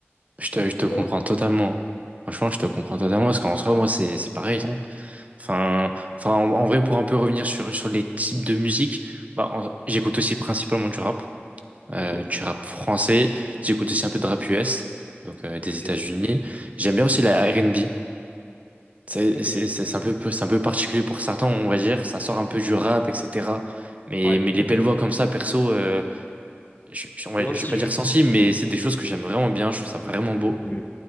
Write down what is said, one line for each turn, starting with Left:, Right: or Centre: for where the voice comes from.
Right: je te, je te comprends
Left: Toi?
Right: totalement. Franchement, je te comprends totalement parce qu'en soi, moi, c'est, c'est pareil. hein. Enfin, enfin, en, en vrai, pour un peu revenir sur, sur les types de musique, bah, en- j'écoute aussi principalement du rap. euh,
Left: Mhm.
Right: du rap français. J'écoute aussi un peu de rap US, donc euh, des
Left: Ok,
Right: États-Unis. J'aime bien aussi la R&B. C'est
Left: ok.
Right: c'est- c'est- c'est un peu, c'est un peu particulier pour certains, on va dire. Ça sort un peu du rap, etc. Mais,
Left: Ouais,
Right: mais les belles voix comme ça, perso, euh, je, je, on va-
Left: moi
Right: je
Left: aussi
Right: vais pas dire
Left: je kiffe.
Right: sensible, mais c'est des choses que j'aime vraiment bien. Je trouve ça vraiment beau.
Left: Mais,